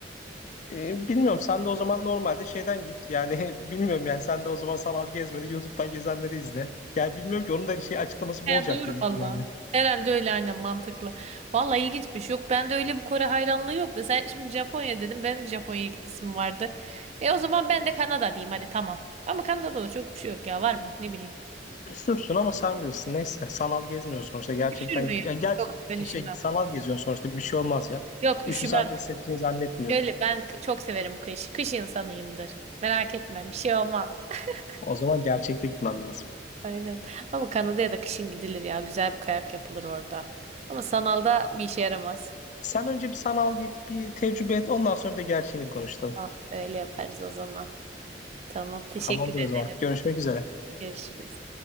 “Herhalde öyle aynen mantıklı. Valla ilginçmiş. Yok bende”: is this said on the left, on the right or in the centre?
Right